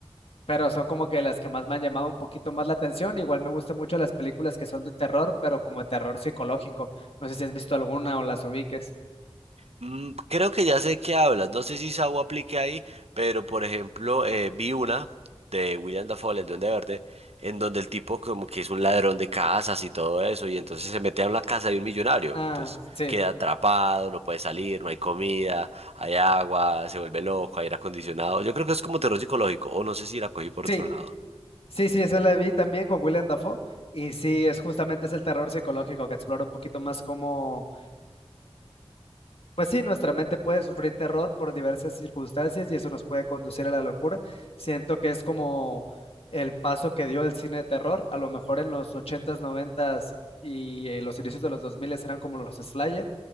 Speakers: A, on the left; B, on the right.
A: pero son como que las que más me han llamado un poquito más la atención. Igual me gustan mucho las películas que son de terror, pero como de terror psicológico. No sé si has visto alguna o las ubiques.
B: Mm, Creo que ya sé qué hablas, no sé si Saw aplique ahí, pero por ejemplo eh, vi una de William Dafoe, el Duende Verde, en donde el tipo como que es un ladrón de casas y todo eso, y entonces se mete a una casa de un millonario,
A: Ah,
B: entonces
A: sí,
B: queda atrapado, no puede salir, no hay comida, hay agua, se vuelve loco, hay aire acondicionado, yo creo que es como terror psicológico, o no sé si la cogí por
A: sí,
B: otro lado.
A: sí, sí, esa la vi también con William Dafoe. Y sí, es justamente es el terror psicológico que explora un poquito más cómo, Pues sí, nuestra mente puede sufrir terror por diversas circunstancias y eso nos puede conducir a la locura. Siento que es como el paso que dio el cine de terror. A lo mejor en los ochentas, noventas y eh, los inicios de los 2000 eran como los Slayer.